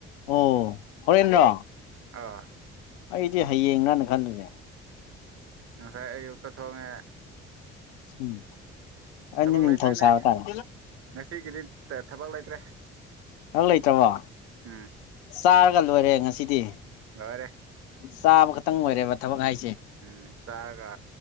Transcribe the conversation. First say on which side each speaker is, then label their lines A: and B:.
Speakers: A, on the left; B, on the right.
A: ꯑꯣ ꯍꯣꯔꯦꯟꯔꯣ
B: ꯑꯥ
A: ꯑꯩꯗꯤ ꯍꯌꯦꯡꯔꯅ ꯈꯜꯂꯨꯝꯅꯦ
B: ꯁꯪꯁꯥꯏ ꯑꯌꯨꯛꯇ ꯊ‌ꯣꯛꯂꯛꯑꯦ
A: ꯎꯝ ꯑꯩꯗꯤ
B: ꯊꯕꯛ
A: ꯅꯤꯡꯊꯧ
B: ꯂꯩꯇ꯭ꯔꯤꯅꯦ
A: ꯁꯥꯕ ꯇꯥꯔꯦ
B: ꯉꯁꯤꯒꯤꯗꯤ ꯇ ꯊꯕꯛ ꯂꯩꯇ꯭ꯔꯦ
A: ꯊꯕꯛ ꯂꯩꯇ꯭ꯔꯕꯣ
B: ꯎꯝ
A: ꯆꯥꯔꯒ ꯂꯣꯏꯔꯦ ꯉꯁꯤꯗꯤ
B: ꯂꯣꯏꯔꯦ
A: ꯆꯥꯕ ꯈꯛꯇꯪ ꯑꯣꯏꯔꯦꯕ ꯊꯕꯛ ꯍꯥꯏ
B: ꯎꯝ ꯆꯥꯔꯒ